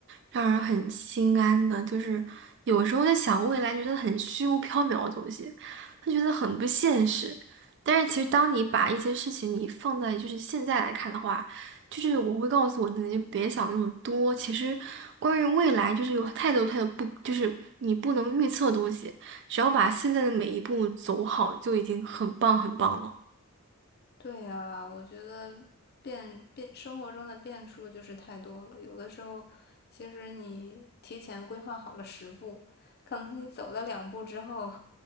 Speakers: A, on the right (about 50°); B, on the left (about 45°).
A: 让人很心安的。就是有时候在想未来，觉得很虚无缥缈的东西，他觉得很不现实。但是其实当你把一些事情你放在就是现在来看的话，就是我会告诉我自己，就别想那么多。其实关于未来，就是有太多太多不，就是你不能预测的东西，只要把现在的每一步走好，就已经很棒很棒了。
B: 对呀，我觉得变变生活中的变数就是太多了，有的时候其实你提前规划好了十步，可能你走了两步之后，